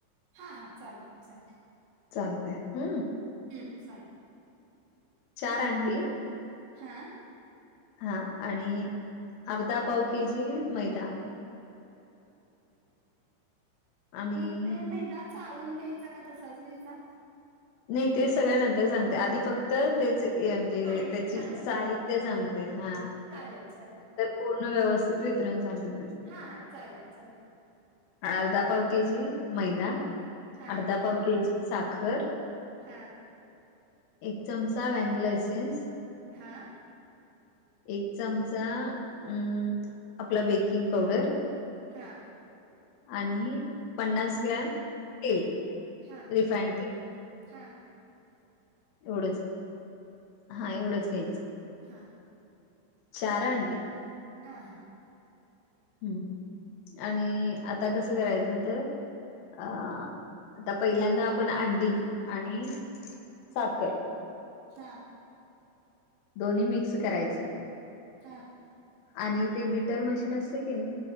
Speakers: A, on the right; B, on the left.
A: हा हा चालेल चालेल
B: चालते हम्म
A: हम्म सां
B: चारडी
A: हा
B: हा आणि अर्धा पाव के जी मैदा आणि
A: मग ते मैदा चाळून घ्यायचा का तसाच घ्यायचा
B: नाही ते सगळ्या नंतर सांगते आधी फक्त तेच
A: साहित्य
B: त्या
A: सांगा
B: साहित स ह
A: चालेल चालेल
B: पूर्ण व्यवस्थित वितरण सांगत
A: हा हा चालेल चालेल
B: अर्धा पाव के जी मैदा
A: हा
B: अर्धा पाव के जी साखर
A: हा
B: एक चमचा व्हॅनिला इसेस
A: हा
B: एक चमचा अम आपला बेकिंग पावडर
A: हा
B: आणि पन्नास ग्राम तेल
A: हा
B: रिफाइंड तेल
A: हा हा
B: एवढंच हा एवढंच घ्यायचं
A: हा
B: चारडी
A: हा हा
B: हम् आणि आता कसं करायचं तर अ आता पहिल्यांदा आपण अंडी आणि साखर
A: ह
B: दोन्ही मिक्स करायचं
A: हा
B: आणि ते बीटर मशीन असते की नाही